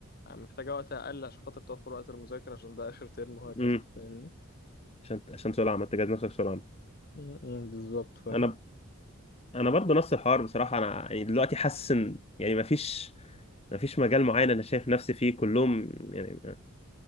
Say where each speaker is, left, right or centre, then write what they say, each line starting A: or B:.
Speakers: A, on the left (about 45°); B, on the left (about 25°).
A: يعني محتاجة وقت اقل عشان خاطر توفر وقت المذاكرة عشان ده اخر ترم وهكذا
B: امم
A: فاهمني
B: عشان عشان سؤال عامة تجهز نفسك سؤال عام
A: م- م، بالظبط فاهم
B: انا انا برضه نفس الحوار بصراحة انا يعني دلوقتي حاسس ان يعني مفيش مفيش مجال معين انا شايف نفسي فيه كلهم يعني